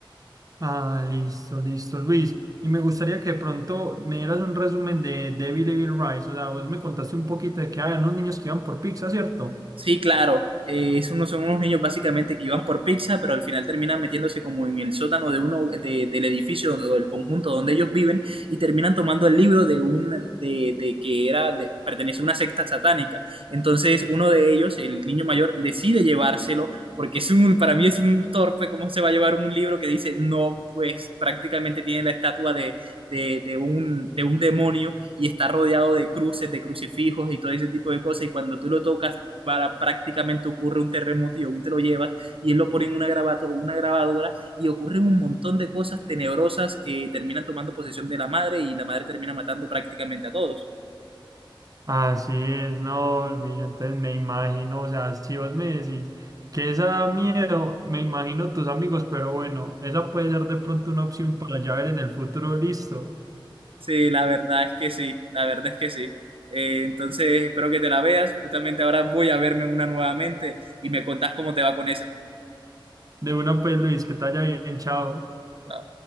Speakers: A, on the right; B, on the right.
A: Ah, listo, listo, Luis. Y me gustaría que de pronto me dieras un resumen de Devil Evil Rise. O sea, vos me contaste un poquito de que había unos niños que iban por pizza, ¿cierto?
B: Sí, claro. Eh, es uno- son unos niños básicamente que iban por pizza, pero al final terminan metiéndose como en el sótano de uno de- del edificio donde- o del conjunto donde ellos viven y terminan tomando el libro de un de, de que era de, pertenece a una secta satánica. Entonces uno de ellos, el niño mayor, decide llevárselo porque es un para mí es un torpe cómo se va a llevar un libro que dice no, pues prácticamente tiene la estatua de de, de un, de un demonio y está rodeado de cruces, de crucifijos y todo ese tipo de cosas. Y cuando tú lo tocas para prácticamente ocurre un terremoto y aún te lo llevas, y él lo pone en una, grabato- una grabadora y ocurren un montón de cosas tenebrosas que terminan tomando posesión de la madre y la madre termina matando prácticamente a todos.
A: Así es, no, Luis. Entonces me imagino, o sea, si vos me decís que esa da miedo, me imagino tus amigos, pero bueno, esa puede ser de pronto una opción para ya ver en el futuro, listo.
B: Sí, la verdad es que sí, la verdad es que sí. Eh, entonces espero que te la veas, justamente ahora voy a verme una nuevamente y me contás cómo te va con esa.
A: De una, pues, Luis, que te haya bien, chao.
B: Chao.